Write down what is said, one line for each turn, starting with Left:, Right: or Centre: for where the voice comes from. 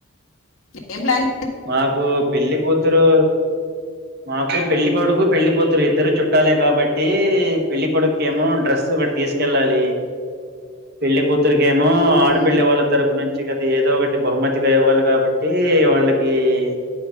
Left: ఏం ప్లాన్
Right: మాకు పెళ్ళి కూతురు మాకు పెళ్లి కొడుకు, పెళ్లి కూతురు ఇద్దరు చుట్టాలే కాబట్టి పెళ్లి కొడుకు ఇకేమో డ్రెస్ ఒకటి తీసుకెళ్ళాలి పెళ్లి కూతురికేమో
Left: చేసుకున్నారు
Right: ఆడపెళ్లి వాళ్ళ తరపు నుంచి గ ఏదో ఒకటి బహుమతిగా ఇవ్వాలి కాబట్టి వాళ్ళకి ఈ